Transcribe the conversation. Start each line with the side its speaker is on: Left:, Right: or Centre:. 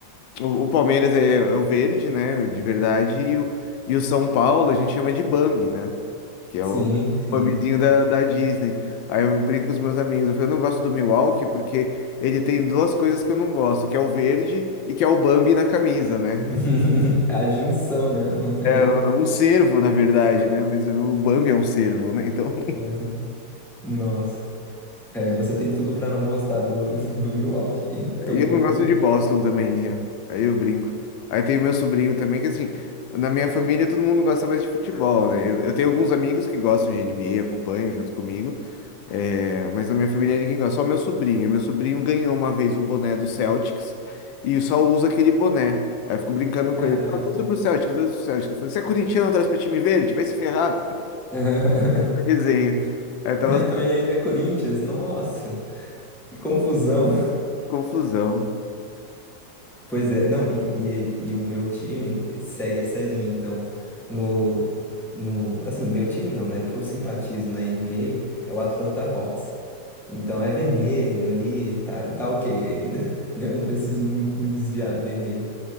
Left: O, o Palmeiras é, é o verde, né? De verdade, e o, e o São Paulo a gente chama de Bambi, né? que é
Centre: sim,
Left: o
Centre: sim.
Left: Bambizinho da, da Disney. Aí eu brinco com os meus amigos, eu falo, eu não gosto do Milwaukee porque ele tem duas coisas que eu não gosto, que é o verde e que é o Bambi na camisa, né?
Centre: <laughs> A junção, né? <laughs>
Left: É
Centre: Ele
Left: é
Centre: é um pouco
Left: um cervo,
Centre: perdedor
Left: na verdade,
Centre: do que você não gosta.
Left: né? Mas o Bambi é um cervo, né? Então.
Centre: Aham. Nossa, é, você tem tudo pra não gostar do, do Milwaukee e tampouco
Left: E eu não gosto
Centre: do.
Left: de Boston também. é. Aí eu brinco. Aí tem o meu sobrinho também, que assim, na minha família todo mundo gosta mais de futebol, né? Eu, eu tenho alguns amigos que gostam de NBA, acompanham junto comigo. é, mas na minha família ninguém gosta, só meu sobrinho. Meu sobrinho ganhou uma vez o boné do Celtics e só usa aquele boné. Aí eu fico brincando com
Centre: Caraca.
Left: ele. Eu torço pro Celtics, eu torço pro Celtics. Eu falei, você é corintiano, traz pra time verde? Vai se ferrar.
Centre: <laughs>
Left: <laughs> Resenha. Aí tava
Centre: Ah, então ele ainda é Corinthians? Nossa, que confusão.
Left: confusão.
Centre: Pois é, não, e, e, e o meu time segue essa linha, então, no, no, assim, meu time não, né, o que eu simpatizo na NBA é o Atlanta Hawks, então é vermelho ali, tá, tá ok ainda, <laughs> né, eu não preciso muito me desviar do vermelho.